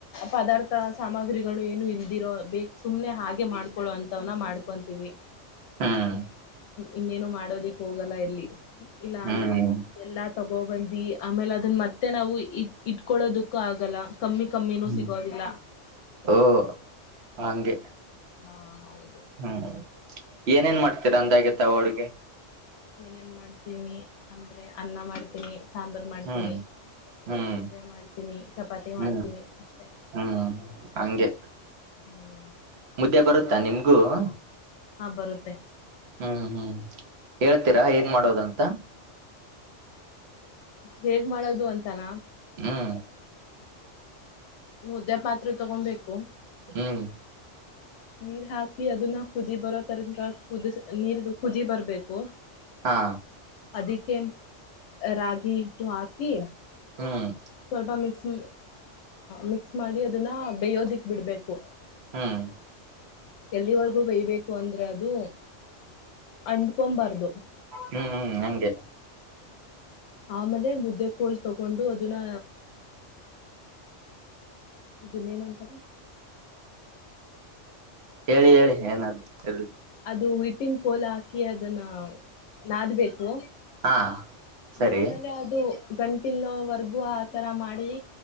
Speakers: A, on the left (about 75°); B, on the right (about 65°).
A: ಪದಾರ್ಥ ಸಾಮಗ್ರಿಗಳು ಏನು ಇಲ್ದಿರೋ ಬ ಸುಮ್ನೆ ಹಾಗೆ ಮಾಡ್ಕೊಳ್ಳ ಅಂತವನ ಮಾಡ್ಕೊ ತಿವಿ <inaudible>
B: ಹಾ <unintelligible>
A: ಇನ್ನೇನು ಮಾಡೋದಿಕ್ ಹೋಗಲ್ಲ ಎಲ್ಲಿ ಇಲ್ಲಾ
B: ಹ್ಮ್
A: ಅಂದ್ರೆ ಎಲ್ಲಾ ತ ಗೋಬಂದಿ ಆಮೇಲೆ ಅದನ್ ಮತ್ತೆ ನಾವು ಇ ಇಟ್ಕೊಳ್ಳೋದಕ್ಕೂ ಆಗಲ್ಲ. ಕಮ್ಮಿ- ಕಮ್ಮಿನೂ
B: ಹ್ಮ್
A: ಸಿಗೋದಿಲ್ಲ.
B: ಓ, ಹಂಗೆ
A: ಹಾ, ಹೌದು-
B: ಹ್ಮ್, ಏನೇನ್ ಮಾಡ್ತೀರಾ ಅಂದಾಗೆ ಅಡುಗೆ.
A: ಏನೇನ್ ಮಾಡ್ತೀನಿ ಅಂದ್ರೆ ಅನ್ನ ಮಾಡ್ತೀನಿ. ಸಾಂಬಾರಮಾಡ್ತೀನಿ,
B: ಹ್ಮ್ ಹ್ಮ್
A: ಮುದ್ದೆ ಮಾಡ್ತೀನಿ, ಚಪಾತಿ
B: ಹ್ಮ್
A: ಮಾಡ್ತೀನಿ ಅಷ್ಟೆ
B: ಹ್ಮ್ ಹಂಗೆ,
A: ಹ್ಮ್ <inaudible>
B: ಮುದ್ದೆ ಬರುತ್ತಾ ನಿಮಗೂ, -
A: ಹಾ, ಬರುತ್ತೆ.
B: ಹ್ಮ್, ಹ್ಮ್ ಹೇಳ್ತೀರಾ ಹೇಗ್ ಮಾಡೋದಂತ.
A: <inaudible> ಹೇಗ್ ಮಾಡೋದು ಅಂತಾನ
B: ಹ್ಮ್,
A: ಮುದ್ದೆ ಪಾತ್ರೆ ತಗೊಂಬೇಕು.
B: ಹ್ಮ್,
A: ನೀರ್ ಹಾಕಿ ಅದನ್ನ ಕುದಿ ಬರೋ ತರಕ ಕುದ ನೀರ್ ಕುದಿ ಬರ್ಬೇಕು.
B: ಹಾ,
A: ಅದಕ್ಕೆ ರಾಗಿ ಹಿಟ್ಟು ಹಾಕಿ
B: ಹ್ಮ್
A: ಸ್ವಲ್ಪ ಮಿಕ್ಸ್ ಮಿಕ್ಸ್ ಮಾಡಿ ಅದನ್ನ ಬೇಯೋದಿಕ್ ಬಿಡ್ಬೇಕು.
B: ಹ್ಮ್,
A: ಎಲ್ಲಿವರೆಗೂ ಬೇಯಬೇಕು ಅಂದ್ರೆ ಅದು ಅಂಟಕೊಬಾರ್ದು.
B: ಹ್ಮ್, ಹ್ಮ್ ಹಂಗೆ
A: ಆಮೇಲೆ ಮುದ್ದೆ ಕೋಲ್ ತಗೊಂಡು ಅದನ್ನ ಇದನ್ನ ಏನಂತಾರೆ-
B: ಹೇಳಿ -ಹೇಳಿ ಏನಾದ್ದು ಹೇಳಿ
A: ಅದುನ್ನ ಹಿಟ್ಟಿನ ಕೋಲ ಹಾಕಿ ಅದನ್ನ ನಾದಬೇಕು.
B: ಹಾ ಸರಿ
A: ಆಮೇಲೆ ಅದು ಗಂಟಲ್ವರ್ಗೂ ಆತರ ಮಾಡಿ